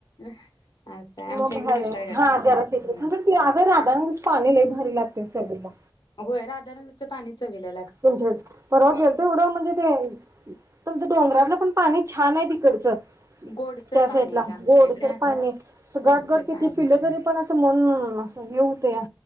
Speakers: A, on the left (about 80°); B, on the right (about 45°).
A: असं आहे आमच्या
B: मग
A: इकडे
B: भारी
A: विशाळगडचं
B: हा
A: आहे.
B: जरा <unintelligible> राधानगरी
A: होय
B: चे पाणी लय भारी लागतय तेच आहे डबा
A: होय राधानगरीचं पाणी चवीला ला
B: तुमच्या परवा गेलत एवढं म्हणजे ते तुमचं डोंगरातलं पण पाणी छान आहे तिकडचं
A: गोडसर
B: त्या
A: पाणी
B: साईडला
A: आहे गं आमच्या
B: गोड
A: इकडे
B: सर पाणी अस
A: गोडसर
B: गाटगट किती
A: पाणी
B: पिलं
A: आहे.
B: तरी पण असं मन हे हुत्या